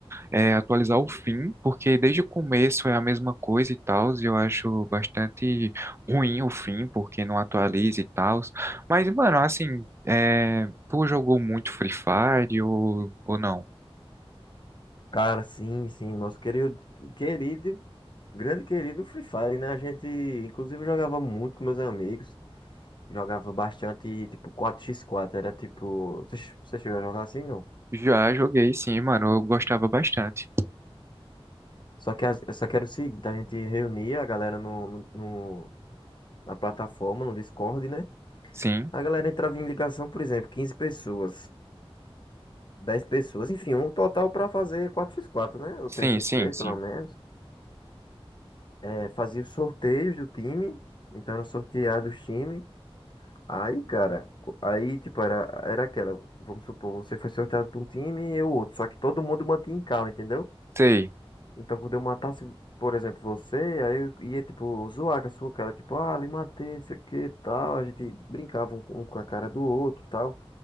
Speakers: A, on the right (about 25°); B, on the left (about 50°).
A: é, atualizar o fim, porque desde o começo é a mesma coisa e tal, e eu acho bastante ruim o fim, porque não atualiza e tal. Mas, mano, assim, é, tu jogou muito Free Fire ou, ou não?
B: Cara, sim, sim, nosso querido querido grande querido Free Fire, né? A gente inclusive jogava muito com meus amigos, jogava bastante tipo quatro x quatro era tipo, você, che- você chegou a jogar assim, não?
A: Já joguei, sim, mano. Eu gostava bastante.
B: Só que, as- só que era o seguinte, a gente reunia a galera no, no, no- na plataforma, no Discord, né?
A: Sim,
B: A galera entrava em ligação, por exemplo, 15 pessoas, 10 pessoas, enfim, um total para fazer quatro x quatro né? Ou
A: sim,
B: três x
A: sim,
B: três
A: sim.
B: pelo menos. É, fazia os sorteios do time, então era sorteado os times. Aí, cara, co- aí, tipo, era, era aquela, vamos supor, você foi sorteado para um time e eu outro, só que todo mundo mantinha em calma, entendeu?
A: Sei.
B: Então, quando eu matasse, por exemplo, você, aí eu ia, tipo, zoar com a sua cara, tipo, ah, lhe matei, não sei o que, tal. A gente brincava um, um com a cara do outro, tal.